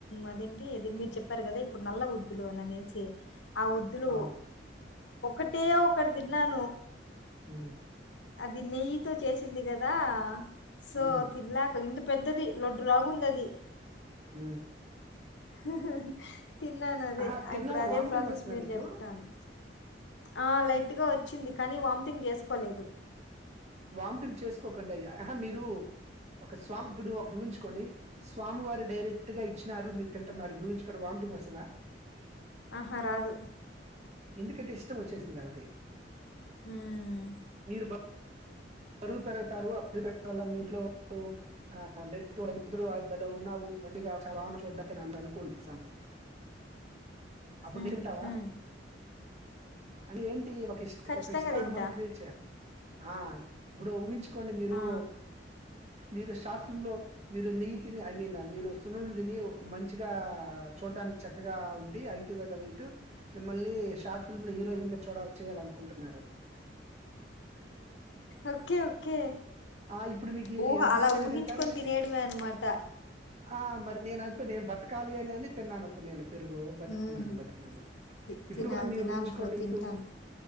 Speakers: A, on the left; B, on the right.
A: అదేంటి మీరు చెప్పారు కదా ఇప్పుడు నల్ల వద్దులు అని అనేసి, ఆ వుద్దులు,
B: అవును.
A: ఒకటే ఒకటి తిన్నాను,
B: ఊ
A: అది నెయ్యితో చేసింది కదా, సో
B: హ్మ్.
A: తినలేక ఇ పెద్దది లడ్డు లాగా ఉంది అది,
B: ఊ
A: <unintelligible> తిన్నాను అదే
B: ఆహా! తిన్నారా
A: ఇప్పుడు అదే
B: వామిటింగ్
A: ప్రాసెస్
B: వస్తుందా
A: మీరు
B: మీకు?
A: చెప్తారు, ఆ లైట్గా వచ్చింది కానీ వామ్తింగ్ చేసుకోలేదు
B: వామిటింగ్ చేసుకోకండి ఆహా మీరు ఒక స్వామి టుడు అప్పుడు ఊహించుకోండి స్వామి వారి డైరెక్ట్ గా ఇచ్చినారు మీరు తింటున్నారు ఊవించుకోండి వామిటింగ్ వస్తుందా,
A: ఆహా రాదు
B: ఎందుకంటే ఇష్టం వచ్చేసింది కాబట్టి
A: హ్మ్
B: మీర్ బ బరువు పెరగుతారు <unintelligible> మీంట్లో <unintelligible> చూడ్డానికి అని అనుకోండి ఎగ్జాంపుల్. అప్పుడు
A: మ్మ్
B: నువ్వు తింటావా?
A: హుం
B: అంటే ఏం ఇ ఒక ఇష్ట్
A: ఖచ్చితంగా
B: ఒక ఇష్టాన్ని
A: తింటా.
B: మనం క్రియేట్ చేయాలి ఆ బ్బుడు ఊహించు కోండి మీరు
A: ఆ
B: మీరు షార్ట్ ఫిల్మ్ లో మీరు నెయ్యితిని ఐ మీన్ మీరు సున్నుండ దిని మంచిగా చూడ్డానికి చక్కగా ఉండి హైటు దగ్గ వైటు, మిమ్మల్ని షార్ట్ ఫిల్మ్ లో హీరోయిన్ గా చూడ చేయాల అనుకుంటున్నారు.
A: ఓకే ఓకే
B: ఆ ఇప్పుడు మీకి
A: ఊహ
B: ఎంత
A: అలా
B: ఇష్టంగా
A: ఊహించుకొని
B: తింటారు మీరు
A: తినేయడమే అన్నమాట.
B: ఆ మరి నేను అనిపిది బతకాలి అని అని తిన్నాను అప్పుడు నేను పెరుగు బతుకుతున్నాను
A: హుహు
B: బతికినాను,
A: తి
B: ఇప్పుడు
A: తినాలి
B: కూడా మీరు
A: తినాలి
B: ఊంచుకోండి
A: బ్రో తింటాను.
B: ఇప్పుడు